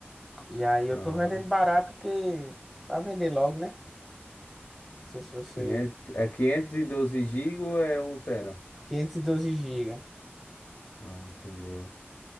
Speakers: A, in the centre; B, on the left.
A: E aí eu
B: Aham.
A: tô vendendo barato que pra vender logo, né? Não sei se você
B: quinhentos É 512 GB ou é um tera?
A: 512 GB
B: Ah, entendeu.